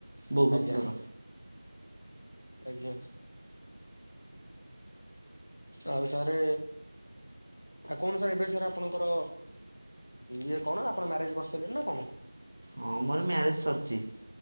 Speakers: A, on the right (about 45°); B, on the left (about 30°).
A: ବହୁତ
B: ଆଜ୍ଞା।
A: ଥର
B: ଆଜ୍ଞା। ଆଉ ସାରେ ଆଉ କଣ ସାର୍ ଏବେ ସାର୍ ଆପଣଙ୍କର ଇଏ କଣ ଆପଣ ମ୍ୟାରେଜ କରିସାରିଲେ ନା କଣ?
A: ହଁ ମୋର ମ୍ୟାରେଜ ସରିଛି।